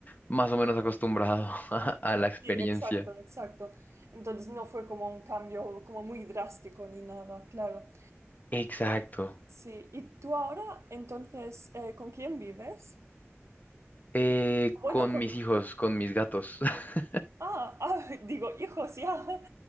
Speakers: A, on the left; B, on the right.
A: más o menos acostumbrado <laughs> a,
B: Mm,
A: a la experiencia.
B: Sí, exacto, exacto. Entonces no fue como un cambio como muy drástico ni nada, claro.
A: Exacto.
B: Sí, ¿y tú ahora entonces eh, con quién vives?
A: Eh,
B: Bueno,
A: con
B: con...
A: mis hijos, con mis gatos. <laughs>
B: Ah, ah, <laughs> digo, hijos, ya. <laughs>